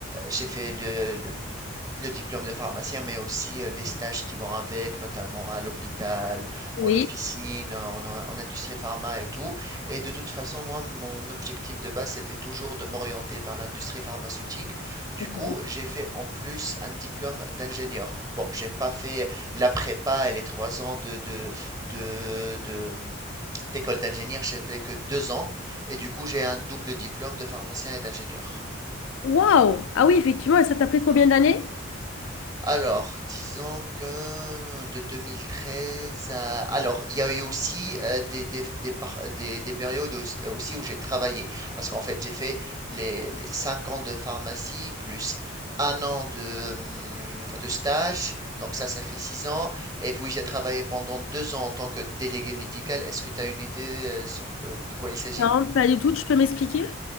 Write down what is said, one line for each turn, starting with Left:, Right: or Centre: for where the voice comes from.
Right: j'ai fait le, le- le diplôme de pharmacien, mais aussi euh, les stages qui vont avec, notamment à l'hôpital,
Left: Oui.
Right: en officine, en, en- industrie pharma et tout. Et de toute façon, moi, mon objectif de base, c'était toujours de m'orienter vers l'industrie pharmaceutique. Du
Left: Ok.
Right: coup, j'ai fait en plus un diplôme d'ingénieur. Bon, j'ai pas fait la prépa et les trois ans de, de, de, de, d'école d'ingénieur, j'ai fait que deux ans et du coup j'ai un double diplôme de pharmacien et d'ingénieur.
Left: Waouh! Ah oui, effectivement, et ça t'a pris combien d'années?
Right: Alors, disons que de 2013 à... Alors, il y a eu aussi euh, des, des, des par- des- des périodes aussi aussi où j'ai travaillé. Parce qu'en fait, j'ai fait les, les cinq ans de pharmacie plus un an de, hum, de stage. Donc ça, ça fait six ans. Et puis, j'ai travaillé pendant deux ans en tant que délégué médical. Est-ce que tu as une idée euh, sur que- de quoi il s'agit?
Left: Non, pas du tout, tu peux m'expliquer?